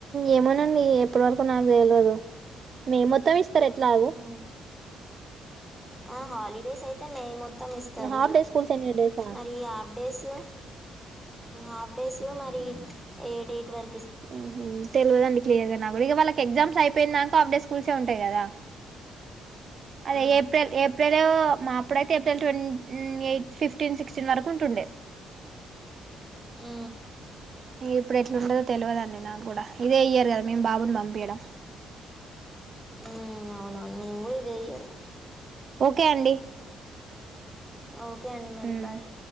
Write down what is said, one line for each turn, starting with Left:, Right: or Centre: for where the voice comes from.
Right: ఏమోనండి ఎప్పటి వరకు నాకు తెల్వదు మే మొత్తం ఇస్ స్తరు ఎట్లాగు
Centre: ఉమ్ ఆ హాలిడేస్ యితే మే మొత్తం మొత్తం ఇస్తారు
Right: హాఫ్ డే స్కూల్స్ ఎన్ని డేసా
Centre: మరి హాఫ్ డేస్ ఉ హాఫ్ డేసో మరి ఏ డేట్ వర్
Right: ఉహు తెల్వదండి క్లియర్ గా నా గూడ ఇగ వాళ్ళకి ఎగ్జామ్స్ అయిపోయిందాంక ఆఫ్ డే స్కూల్సే ఉంటాయి కదా అదే
Centre: ఆ
Right: ఏప్రిల్ ఏప్రిలో మా అప్పుడైతే ఏప్రిల్ ట్వ ఎయిట్ ఫిఫ్టీన్ సిక్స్టీన్ వరకు ఉంటుండే
Centre: ఊ
Right: ఇగ ఇప్పుడు ఎట్లుండదో తెల్వదండి నాకు గూడా ఇదే ఇయర్ కదా మేం బాబును పంపింయడం
Centre: ఉ అవునా నేను గూడ ఇదే ఇయరు
Right: ఓకే అండి
Centre: ఓకే అండి మరి
Right: ఉమ్
Centre: బాయ్